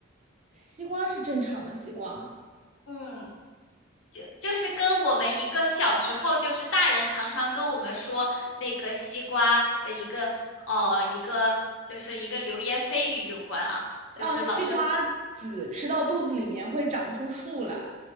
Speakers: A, on the right; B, on the left.
A: 西瓜是正常的西瓜，
B: 嗯。就就是跟我们一个小时候，就是大人常常跟我们说那个西瓜的一个呃一个就是一个流言蜚语有关啊，
A: 让西瓜籽吃到肚子里面会长出树来。
B: 就是老是